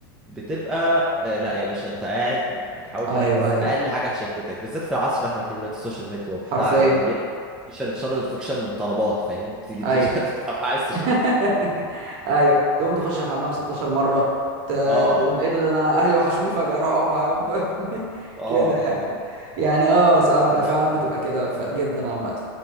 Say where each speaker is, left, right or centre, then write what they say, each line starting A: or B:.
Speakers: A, in the centre; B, on the right (about 45°).
A: بتبقى آه، لا يا باشا انت قاعد بتحاول
B: ايوه
A: تركز
B: ايوه
A: اقل حاجه تشتتك بالذات في العصر اللي احنا فيه دلوقتي السوشيال ميديا وبتاع
B: حرفيا
A: يجيلك نوتيفيكيشن ان شاء الله نوتيفيكيشن من طلبات فاهم تيجي
B: ايوه
A: تش- <laughs> طب عايز تشوف
B: <laughs> ايوه تقوم تخش الحمام 16 مره ت...
A: اه
B: تقوم ايه ده, ده انا اهلي وحشوني فجاه اروح اقعد معاهم ف... <laughs>
A: اه
B: كده
A: فاهم
B: يعني يعني اه ساعات فعلا بتبقى كده ف... جدا عامه